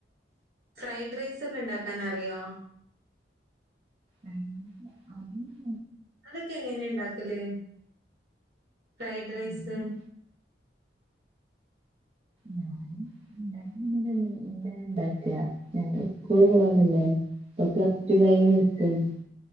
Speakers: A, on the right; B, on the right.
A: ഫ്രൈഡ് റൈസ് ഒക്കെ ഉണ്ടാക്കാൻ അറിയോ?
B: എനിക്ക് അറിയില്ല
A: അതൊക്കെ എങ്ങനെണ്ടാക്കല് ഫ്രൈഡ് റൈസ്
B: ഞാൻ ഞാന്ണ്ടാക്കലൊന്നുല ഇമ്മേണണ്ടാക്കാ ഞങ്ങള്സ്ക്കൂള് പോവാള്ളല്ലേ ഇപ്പൊ പ്ലസ്റ്റു കഴിഞ്ഞ് നിക്കാണ്